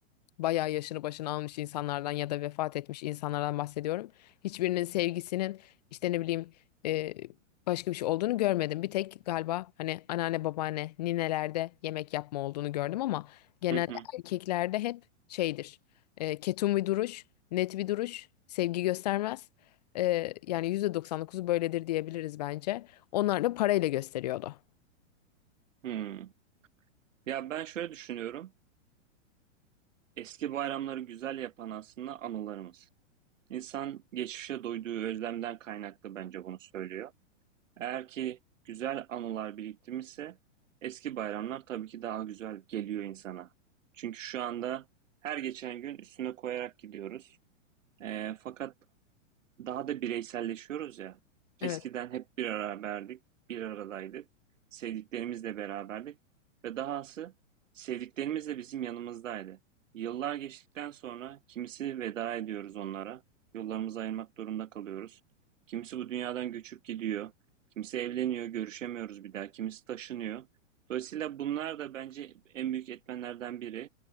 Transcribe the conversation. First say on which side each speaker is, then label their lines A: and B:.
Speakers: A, on the left; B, on the right.
A: bayağı yaşını başını almış insanlardan ya da vefat etmiş insanlardan bahsediyorum. Hiçbirinin sevgisinin işte ne bileyim e, başka bir şey olduğunu görmedim. Bir tek galiba hani anneanne babaanne ninelerde yemek yapma olduğunu gördüm ama genelde
B: hı hı.
A: erkeklerde hep şeydir. E, ketum bir duruş, net bir duruş, sevgi göstermez. E, yani yüzde doksan dokuzu böyledir diyebiliriz bence. Onlar da parayla gösteriyordu.
B: hı. Ya ben şöyle düşünüyorum. Eski bayramları güzel yapan aslında anılarımız. İnsan geçmişe duyduğu özlemden kaynaklı bence bunu söylüyor. Eğer ki güzel anılar biriktirmişse eski bayramlar tabii ki daha güzel geliyor insana. Çünkü şu anda her geçen gün üstüne koyarak gidiyoruz. Ee, fakat daha da bireyselleşiyoruz ya.
A: Evet.
B: Eskiden hep bir beraberdik, bir aradaydık. Sevdiklerimizle beraberdik ve dahası sevdiklerimiz de bizim yanımızdaydı. Yıllar geçtikten sonra kimisi veda ediyoruz onlara, yollarımızı ayırmak durumunda kalıyoruz. Kimisi bu dünyadan göçüp gidiyor, kimisi evleniyor, görüşemiyoruz bir daha, kimisi taşınıyor. Dolayısıyla bunlar da bence en büyük etmenlerden biri.